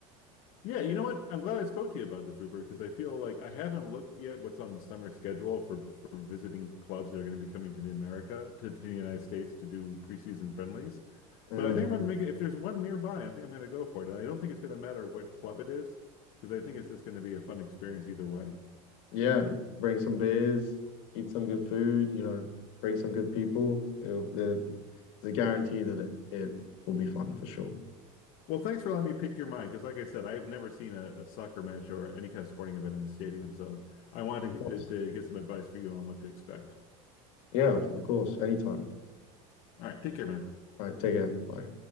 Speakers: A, on the left (about 55°); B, on the left (about 70°).
A: Yeah, you know what? I'm glad I spoke to you about this, Rupert, because I feel like I haven't looked yet what's on the summer schedule for for visiting clubs that are going to be coming to the America to, to the United States to do preseason friendlies.
B: Mm.
A: But I think I'm going to make it if there's one nearby, I think I'm going to go for it. And I don't think it's going to matter what club it is because I think it's just going to be a fun experience either way.
B: Yeah, bring some beers, eat some good food. You know, bring some good people. It'll, there's a guarantee that it it will be fun for sure.
A: Well, thanks for letting me pick your mind because, like I said, I have never seen a, a soccer match or any kind of sporting event in a stadium, so I wanted
B: Of course.
A: to, to get some advice for you on what to expect.
B: Yeah, of, of course. Anytime.
A: All right, take care, man.
B: All right, take care. Bye.